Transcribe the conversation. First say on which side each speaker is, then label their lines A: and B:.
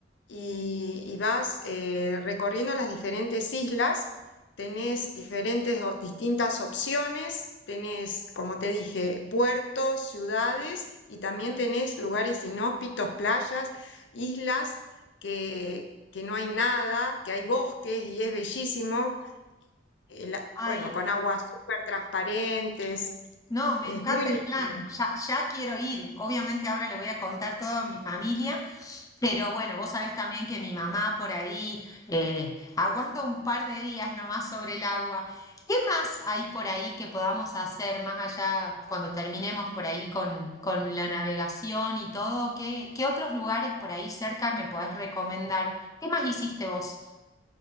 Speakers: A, on the left; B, on the left.
A: y, y vas eh, recorriendo las diferentes islas Tenés diferentes o distintas opciones, tenés, como te dije, puertos, ciudades y también tenés lugares inhóspitos, playas, islas que, que no hay nada, que hay bosques y es bellísimo, eh, la-
B: Ay,
A: bueno, con aguas súper transparentes,
B: no, me
A: es
B: encanta
A: muy lindo.
B: el plan. Ya, ya quiero ir. Obviamente ahora le voy a contar todo a mi familia Pero bueno, vos sabés también que mi mamá por ahí eh, aguanta un par de días nomás sobre el agua. ¿Qué más hay por ahí que podamos hacer más allá cuando terminemos por ahí con, con la navegación y todo? ¿Qué, qué otros lugares por ahí cerca me podés recomendar? ¿Qué más hiciste vos?